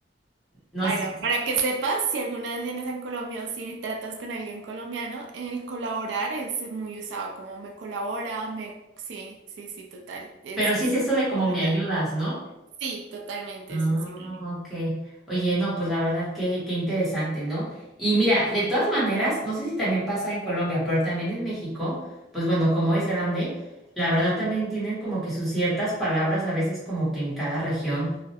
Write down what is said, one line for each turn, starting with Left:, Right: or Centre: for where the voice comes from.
Centre: no
Right: Bueno,
Centre: sé.
Right: para que sepas, si alguna vez vienes a Colombia o si tratas con alguien colombiano, el colaborar es muy usado, como me colabora, me... Sí, sí, sí, total. Es
Centre: Pero
Right: un...
Centre: sí es eso de como
Right: Vaya.
Centre: me ayudas, ¿no?
Right: Sí, totalmente,
Centre: Ah,
Right: es un sinónimo.
Centre: ok. Oye, no, pues la verdad que, qué interesante, ¿no? Y mira, de todas maneras, no sé si también pasa en Colombia, pero también en México, pues bueno, como es grande, la verdad también tienen como que sus ciertas palabras a veces como que en cada región,